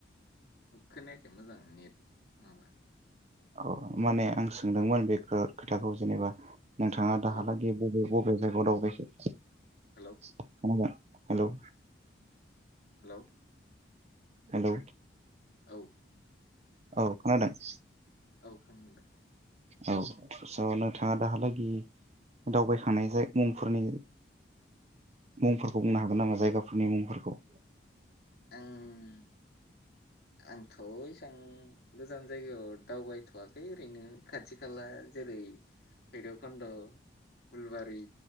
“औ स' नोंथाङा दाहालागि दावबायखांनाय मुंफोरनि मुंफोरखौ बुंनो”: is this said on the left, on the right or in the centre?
Right